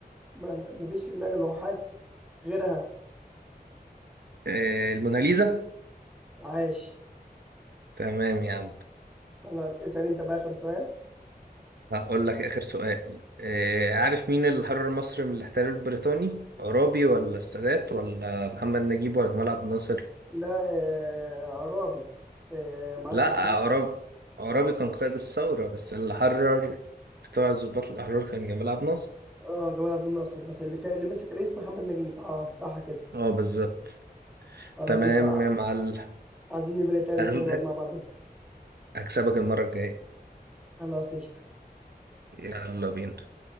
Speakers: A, in the centre; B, on the right.
A: ما ما فيش في دماغي لوحات غيرها
B: إيه الموناليزا
A: عاش
B: تمام يا عم
A: خلاص اسأل انت بقى آخر سؤال
B: هقول لك اخر سؤال إيه عارف مين اللي حرر مصر من الاحتلال البريطاني عرابي ولا السادات ولا محمد نجيب ولا جمال عبد الناصر
A: لا آه، عرابي آه، معركة
B: لا
A: التلج
B: عرابي عرابي كان قائد الثورة بس اللي حرر بتوع ضباط الأحرار كان جمال عبد الناصر
A: اه جمال عبد الناصر بس اللي كان اللي مسك رئيس محمد نجيب اه صح كده
B: اه بالظبط
A: خلاص
B: تمام
A: استع
B: يا معلم
A: عايزين نبقى نتقابل
B: هغل-
A: كده نقعد مع بعضنا
B: هكسبك المرة الجاية
A: خلاص قشطة
B: يلا بينا